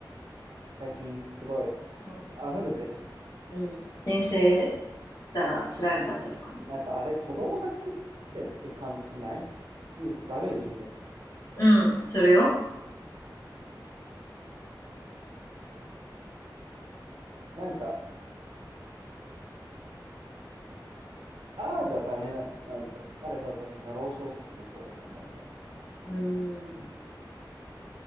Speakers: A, on the right; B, on the left.
A: 最近すごい
B: うん
A: 溢れてるじゃん。
B: うん。転生したらスライムだったとかね。
A: なんかあれ子供が作ってる感じしないいい悪い意味で。
B: うん、するよ。
A: なんか、ああじゃダメな、なんだよ。なんでさ、そのナロー小説の方だと思うんだよ。
B: うん。